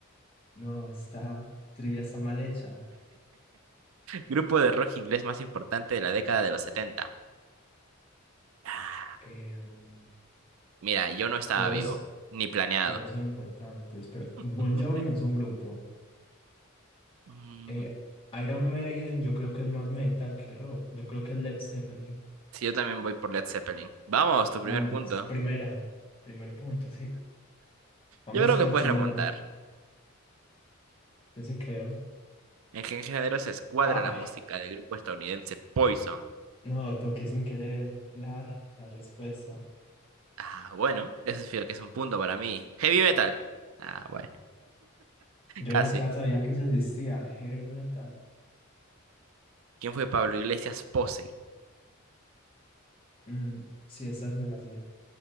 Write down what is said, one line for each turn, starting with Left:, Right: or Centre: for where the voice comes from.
Left: No, está... Trivia está mal hecha.
Right: Grupo de rock inglés más importante de la década de los 70. Ah,
Left: em,
Right: Mira, yo no estaba
Left: todos,
Right: vivo, ni planeado.
Left: todos son importantes, pero
Right: <laughs>
Left: Bon Jovi no es un grupo.
Right: Mm,
Left: Eh, Iron Maiden yo creo que es más metal que rock. Yo creo que es Led Zeppelin.
Right: Sí, yo también voy por Led Zeppelin. Vamos, tu primer
Left: Vamos,
Right: punto.
Left: primera, primer punto, sí. Vamos,
Right: Yo creo que
Left: ocho
Right: puedes remontar.
Left: uno, yo sí creo.
Right: En qué género se escuadra
Left: Ay,
Right: la música del grupo estadounidense Poison.
Left: no, toqué sin querer la, la respuesta.
Right: Ah, bueno, eso significa que es un punto para mí. Heavy metal. Ah, bueno, <laughs>
Left: Yo
Right: casi.
Left: ni siquiera sabía que eso existía, hair metal.
Right: ¿Quién fue Pablo Iglesias Posey?
Left: Mm, sí, estas me las sé.